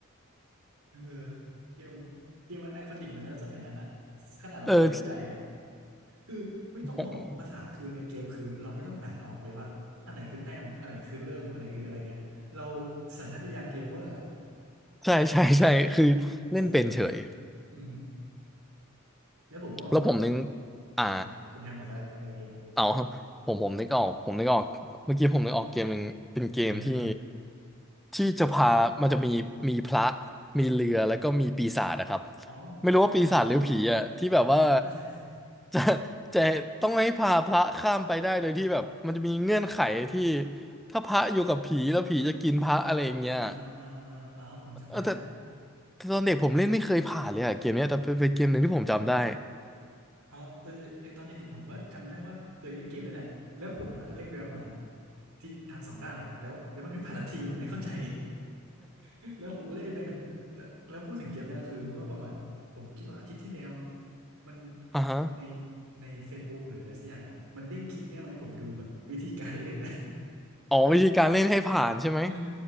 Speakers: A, on the right (about 80°); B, in the centre.
A: เออเกมมันเกมมันไอคอนิกเหมือนกันนะสมัยนั้นอ่ะขนาดเราไม่ค่อยเข้าใจอ่ะ
B: เออ
A: คือไม่ต้องบอกภาษาคือในเกมคือเราไม่ต้องอ่านออกเลยว่าอันไหนคือแต้มอันไหนคือเริ่มอันไหนคืออะไรเงี้ยเรา
B: ผม
A: สัญชาตญาณเกมเมอร์อ่ะ
B: ใช่ใช่ใช่คือเล่นเป็นเฉย
A: <laughs> ภาษาญี่ปุ่นอ่ะอือฮึแล้วผมก็
B: แล้วผมนึง
A: อ่าอ่าคุณแฮมก่อนก็ได้คนละเกมอ่ะ
B: อ่า เอาผมผมนึกออกผมนึกออกเมื่อกี้ผมนึกออกเกมหนึ่งเป็นเกมที่
A: อ่าฮะ
B: ที่จะพามันจะมีมีพระมีเรือแล้วก็มีปีศาจนะครับ
A: อ๋อ
B: ไม่รู้ว่าปีศาจหรือผีอ่ะที่แบบว่า
A: ผมจำได้แล้ว
B: จะจะต้องให้พาพระข้ามไปได้โดยที่แบบมันจะมีเงื่อนไขที่ถ้าพระอยู่กับผีแล้วผีจะกินพระอะไรอย่างเงี้ย
A: อ่าอ่าอ่าอ๋อผมจำได้แล้ว
B: เออแต่แต่ตอนเด็กผมเล่นไม่เคยผ่านเลยอ่ะเกมเนี้ยแต่เป็นเป็นเกมหนึ่งที่ผมจำได้
A: อ๋อเออไอตอนเด็กๆผมก็จำได้ว่าเคยเล่นเกมนั่นแหละแล้วผมอ่ะเล่นไปประมาณที่ทานสองด้านแหละแล้วแล้วมันไม่ผ่านสักทีผมไม่เข้าใจ <laughs> แล้วผมก็เล่นไม่เป็นแต่แล้วพูดถึงเกมเนี้คือเมื่อประมาณผมคิดว่าอาทิตย์ที่แล้วมั้งมัน
B: <laughs> อ่าฮะ
A: ในใน Facebook หรืออะไรสักอย่างนั่นแหละมันเด้งคลิปเนี้ยมาให้ผมดูแบบวิธีการเล่นนะ
B: อ๋อวิธีการเล่นให้ผ่านใช่ไหม
A: <laughs> เออ